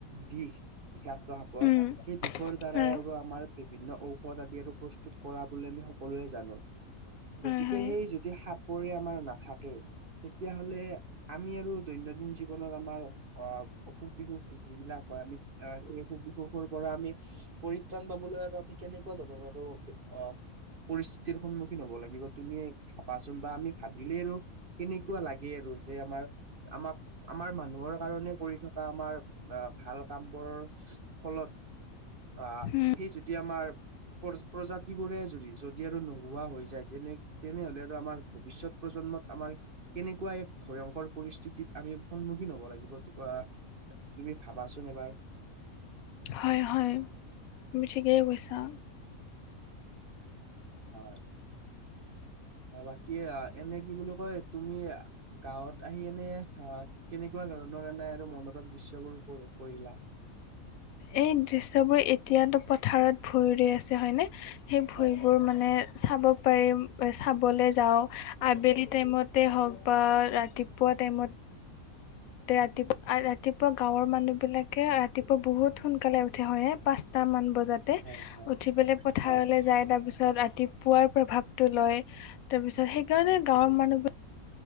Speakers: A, on the right; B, on the left.
A: বিষ বিষাক্ত সাপৰ,
B: উম
A: সেই বিষৰ দ্বাৰাই
B: হয়
A: আৰু আমাৰ বিভিন্ন ঔষধ আদি আৰু প্ৰস্তুত কৰা বুলি আমি সকলোৱে জানো। গতিকে
B: হয় হয় হয়
A: সেই যদি সাপ বৰে আমাৰ নাথাকে তেতিয়াহলে আমি আৰু দৈনন্দিন জীৱনত আমাৰ অ' অসুখ বিসুখ যিবিলাক হয় আমি আহ সেই অসুখ বিসুখৰ পৰা আমি পৰিত্ৰাণ পাবলৈ আমি কেনেকুৱা ধৰণৰ আৰু অ' পৰিস্থিতিৰ সন্মুখীন হব লাগিব তুমি ভাবাচোন বা আমি ভাবিলে আৰু কেনেকুৱা লাগে আৰু যে আমাৰ আমাক আমাৰ মানুহৰ কাৰণে কৰি থকা বা আমাৰ ভাল কামবোৰৰ ফলত আ
B: উম
A: সেই যদি আমাৰ প্ৰ-প্ৰজাতি বোৰে যদি যদি আৰু নোহোৱা হৈ যায় তেনে তেনেহলে আৰু আমাৰ ভৱিষ্যত প্ৰজন্মত আমাৰ কেনেকুৱা এক ভয়ংকৰ পৰিস্থিতিত আমি সন্মুখীন হব লাগিব আহ তুমি ভাবাচোন এবাৰ।
B: হয় হয়, তুমি ঠিকেই কৈছা।
A: হয়, অ' বাকী এনে কি বুলি কয় তুমি গাঁৱত আহি এনে অ' কেনেকুৱা ধৰণৰ এনে আৰু মনত দৃশ্যবোৰ উপভোগ কৰিলা?
B: এই দৃশ্যবোৰ এতিয়াতো পথাৰত ভূঁই ৰুই আছে হয়নে। সেই ভূঁইবোৰ
A: হয় হয়
B: মানে চাব পাৰিম চাবলৈ যাওঁ আবেলি টাইমতে হওক বা ৰাতিপুৱা টাইমত। ৰাতিপুৱা ৰাতিপুৱা গাঁৱৰ মানুহ বিলাকে ৰাতিপুৱা বহুত সোনকালে উঠে হয়ে পাঁচটা মান বজাত। যাতে
A: হয়
B: উঠি পেলে পথাৰলৈ
A: হয়
B: যাই তাৰ পিছ ছত ৰাতিপুৱাৰ প্ৰভাৱটো লয় তাৰপিছত সেইকাৰণে গাঁৱৰ মানুহবোৰ